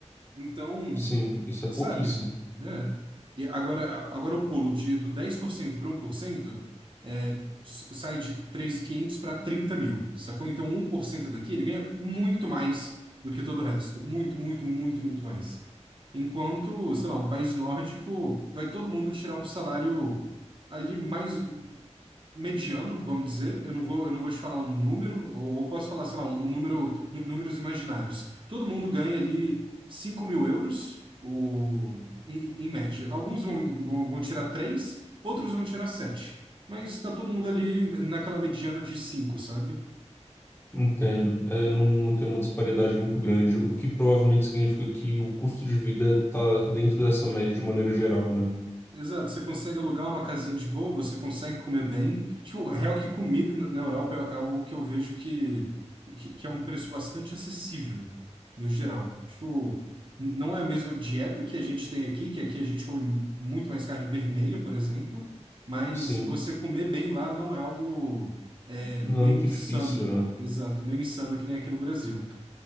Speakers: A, on the right (about 45°); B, on the left (about 20°).
A: Então,
B: Sim, isso é pouquíssimo.
A: sabe, né? E agora, agora o pulo de, do 10% para um por cento é, s- sai de 3.500 para trinta mil, sacou? Então, um por cento daqui ele ganha muito mais do que todo o resto. Muito, muito, muito, muito mais. Enquanto, sei lá, um país nórdico vai todo mundo tirar um salário ali mais mediano, vamos dizer. Eu não vou, eu não vou te falar um número, ou eu posso falar, sei lá, um, um número, nú- números imaginários. Todo mundo ganha ali cinco mil euros, ou, em, em média. Alguns vão, vão, vão tirar três outros vão tirar sete Mas está todo mundo ali naquela mediana de cinco sabe?
B: Entendo. É, não, não tem uma disparidade muito grande, o que provavelmente significa que o custo de vida está dentro dessa média de maneira geral, né?
A: Exato, você consegue alugar uma casinha de boa, você consegue comer bem. Tipo, real que comida na na Europa é é algo que eu vejo que, que que é um preço bastante acessível, no geral. Tipo, n- não é a mesma dieta que a gente tem aqui, que aqui a gente come mu- muito mais carne vermelha, por exemplo, mas
B: Sim,
A: você comer bem lá não é algo é,
B: não
A: meio
B: é muito
A: insano.
B: difícil, né?
A: Exato, meio insano que nem aqui no Brasil.